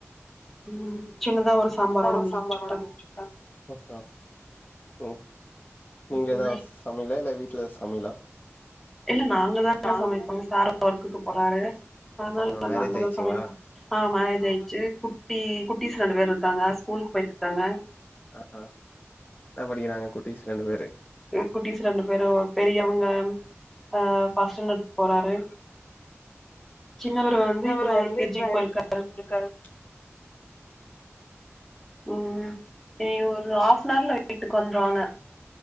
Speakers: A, in the centre; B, on the left.
A: ம் சின்னதா ஒரு சாம்பாரோட
B: இப்போ ஒரு
A: முடிச்சுக்கிட்டே
B: சாம்பார்ரோட முடிச்சுட்டா ஓ ஓ ம் நீங்கதா
A: ம்
B: சமையலா இல்ல வீட்ல சமையலா
A: இல்ல நாங்கதா
B: இல்ல நாங்கதா
A: சமைப்போங்க
B: சமைப்போ
A: சார் ஒர்க்குக்கு போறாரு அதனால
B: ஆஹா மேரேஜ்
A: நாங்கதா
B: ஆயிடுச்சுங்களா
A: சமைப்போ. ஆ மேரேஜ்
B: ஆமா
A: ஆயிடுச்சு குட்டி குட்டிஸ் ரெண்டு பேர் இருக்காங்க ஸ்கூலுக்கு போயிடு இருக்காங்க.
B: ஆ ஆ என்ன படிக்குறாங்க குட்டிஸ் ரெண்டு பேரு
A: குட்டிஸ் ரெண்டு பேரு பெரியவங்க அ ஃபஸ்ட் ஸ்டாண்டர் போறாரு சின்னவரு வந்து
B: இன்னவரு
A: இப்பதா எல்
B: வந்து
A: கே
B: இப்பதா
A: ஜி
B: வேலைக்கு
A: போயிருக்கா
B: போயிட்டு வந்து இருக்காரு
A: ம் இனி ஒரு ஹாஃப்னவர்ல வீட்டுக்கு வந்துருவாங்க.